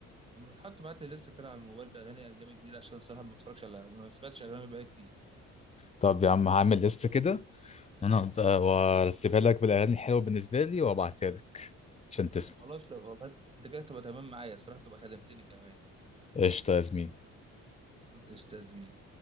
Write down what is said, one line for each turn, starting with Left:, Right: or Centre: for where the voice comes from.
Right: حتى تبعت لي لسه كده على الموبايل باغاني اجنبي جديده عشان الصراحه ما بتفرجش على ما سمعتش اجنبي بقالي كتير
Left: طب يا عم هعمل ليست كده انا وارتبها لك بالاغاني الحلوه بالنسبه لي وابعتها لك عشان تسمع
Right: خلاص لو والله انت كده تبقى تمام معايا الصراحه تبقى خدمتني كمان
Left: قشطه يا زميلي
Right: قشطه يا زميلي